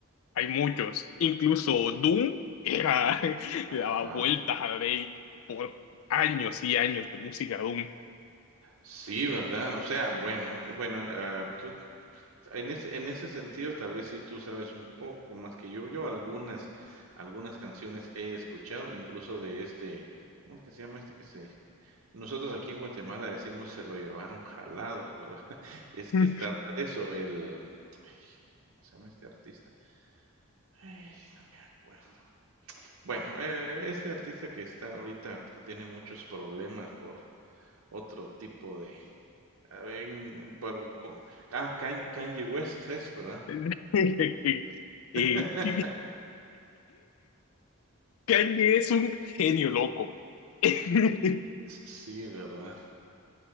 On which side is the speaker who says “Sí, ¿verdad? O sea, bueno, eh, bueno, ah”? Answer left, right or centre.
Right